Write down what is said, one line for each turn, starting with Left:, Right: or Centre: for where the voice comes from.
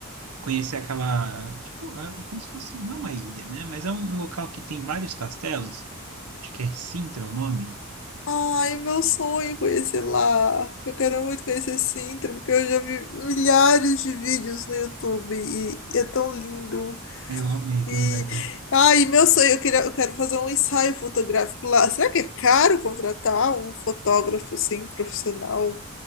Right: conhecer aquela, tipo, é é como se fosse, não é uma ilha, né? Mas é um, um local que tem vários castelos. Acho que é Sintra o nome.
Left: Ai, meu sonho é conhecer lá. Eu quero muito conhecer Sintra, porque eu já vi milhares de vídeos no YouTube e, e é tão lindo.
Right: Eu amei aquele
Left: E,
Right: lugar também.
Left: ai, meu sonho, eu queria, eu quero fazer um ensaio fotográfico lá. Será que é caro contratar um fotógrafo assim, profissional